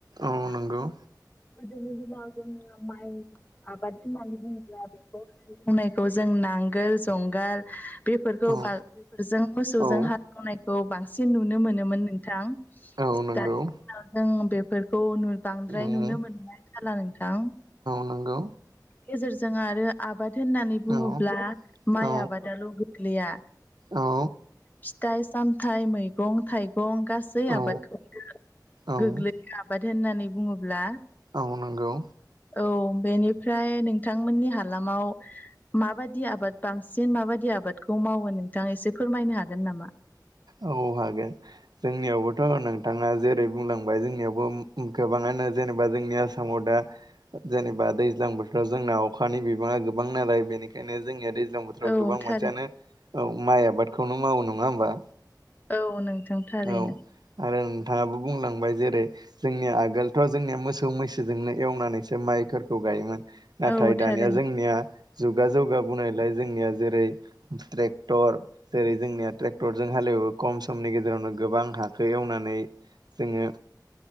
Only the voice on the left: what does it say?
मोनो
गोदोनि दिनाव जोङो माइ आबादनि <unintelligible> बुङोब्लाबो <unintelligible> नायखौ जों नांगोल जंगाल बेफोरखौ
बा बेफोरजों मोसौजों
हालेवनायखौ बां सिन नुनो मोनोमोन नोंथां
दानि दिनाव जों बेफोरखौ नु बांद्राय
नुनो मोननाय जाला नोंथां
गेजेरजों आरो आबाद होननानै बुङोब्ला
माइ
आबादाल' गोगलैया
फिथाइ सामथाइ मैगं थाइगं गासै आबादखौ
गोग्लैयो आबाद होननानै बुङोब्ला
औ बेनिफ्राय नोंथांमोननि हालामाव माबादि आबाद बांसिन माबादि आबादखौ मावो नोंथाङा एसे फोरमायनो हागोन नामा
औ
थारै
औ नोंथां थारैनो
औ
थारैनो